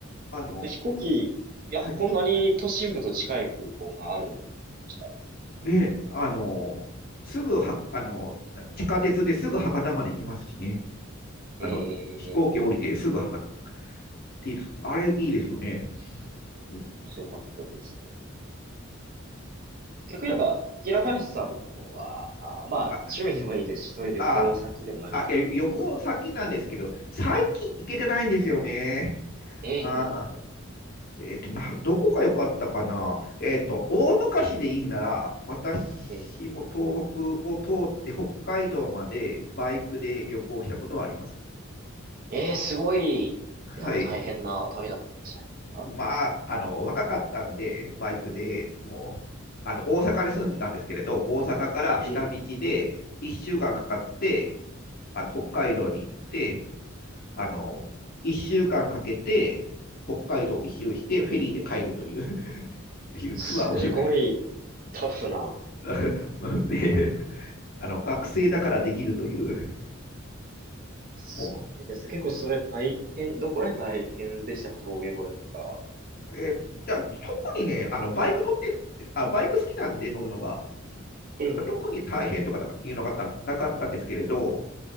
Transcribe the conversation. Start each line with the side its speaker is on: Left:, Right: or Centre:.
Left: あの、
Right: え。飛行機、いや、
Left: はい。
Right: こんなに都心部と近い空港があるんだと思いました。
Left: ね、あのすぐは、あのな地下鉄ですぐ博多まで行きますしね。あの、
Right: ええ、
Left: 飛行機降りてすぐ博多とか
Right: ええ
Left: っていいです。あれいいですよね。うん
Right: 強かったですね。逆に言えば、
Left: ほはい、
Right: 平林さんの方は、あ、まあ、
Left: あ、
Right: 趣味でもいいですし、そういう旅行先でも何かよかった。
Left: あ、あ、いや、旅行先なんですけど、最近行けてないんですよね。
Right: ええ、
Left: あー、えっと、な、どこが良かったかな。えっと、大昔でいいなら、私も東北を通って北海道までバイクで旅行したことはあります。
Right: ええ、ええ、ええすごい、
Left: はい。
Right: なんか大変な旅だったんじゃないですか
Left: まあ、あの、若かったんで、バイクでもう、あの、大阪に住んでたんですけれど、大阪から下道で1週間かんかかって、
Right: ええ
Left: あの、北海道に行って、あの、1週間かんかけて、北海道一周して、フェリーで帰るという <laughs> いうツアーをし
Right: すごいタフな。
Left: <laughs> まあね、あの学生だからできるという、
Right: すごいですね。
Left: も
Right: 結構それ大変、どこら辺大変でしたか峠越えとか。
Left: う、えーいや特にね、あのバイク乗ってあ、バイク好きなんで乗るのが、
Right: ええ、
Left: だから特に大変とかとかいうのがたなかったんですけれど、